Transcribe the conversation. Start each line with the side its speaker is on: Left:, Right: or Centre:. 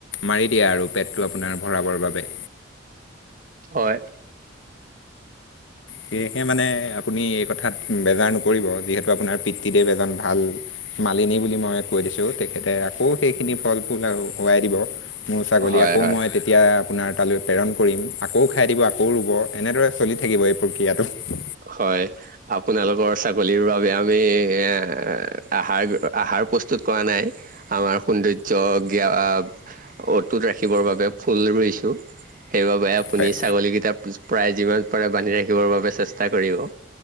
Left: মাৰি দিয়ে আৰু পেটটো আপোনাৰ ভৰাবৰ বাবে
Right: হয়
Left: সেয়েহে মানে আপুনি এই কথাত বেজাৰ নকৰিব যিহেতু আপোনাৰ পিতৃদেৱ এজন ভাল মালিনী বুলি মই কৈ দিছো তেখেতে আকৌ সেইখিনি ফল ফুল হৱাই দিব মোৰ ছাগলী
Right: হয়
Left: আকৌ
Right: হয়
Left: মই তেতিয়া আপোনাৰ তালৈ প্ৰেৰণ কৰিম আকৌ খাই দিব আকৌ ৰুব এনেদৰে চলি থাকিব এই প্ৰক্ৰিয়াটো
Right: হয় আপোনালোকৰ ছাগলীৰ বাবে আমি এ আহাৰ আহাৰ প্ৰস্তুত কৰা ন আম অটুত ৰাখিবৰ বাবে ইছোঁ সেইবাবে আপুনি
Left: হয়
Right: ছাগলীকেইটা প্ৰায় যিমান পাৰে বান্ধি ৰাখিবৰ বাবে চেষ্টা কৰিব